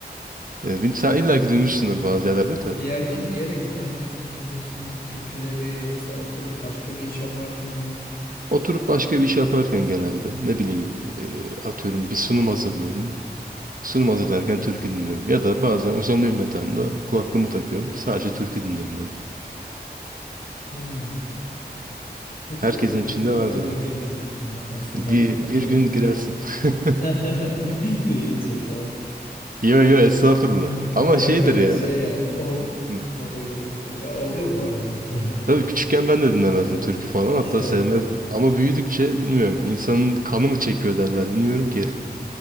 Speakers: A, on the right; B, on the left.
A: Ee, bil- sen illa ki duymuşsundur bazı yerlerde de.
B: Bir yerden bir yere giderken mi dinliyorsun türküleri yoksa oturup başka bir iş yaparken mi?
A: Oturup başka bir iş yaparken genelde ne bileyim e, atıyorum bir sunum hazırlıyorum. Sunum hazırlarken türkü dinliyorum. Ya da bazen uzanıyorum yatağımda kulaklığımı takıyorum. Sadece türkü dinliyorum böyle.
B: Hmm. Hiç
A: Herkesin
B: öyle bir
A: içinde
B: moda
A: vardır bu.
B: girmemiştim ben aslında
A: Bir,
B: hani oturup
A: bir gün girersin. <laughs>
B: <laughs> büyüyünce falan.
A: Yo yo estağfurullah.
B: <laughs>
A: Ama
B: Yok
A: şeydir
B: hani
A: yani.
B: şey yani o
A: Hı.
B: moda girince. Ya oluyor bu arada. <laughs> Ya.
A: Tabii küçükken ben de dinlemezdim
B: anlıyorum.
A: türkü falan.
B: İşte.
A: Hatta sevmezdim. Ama büyüdükçe bilmiyorum. insanın kanı mı çekiyor derler bilmiyorum ki.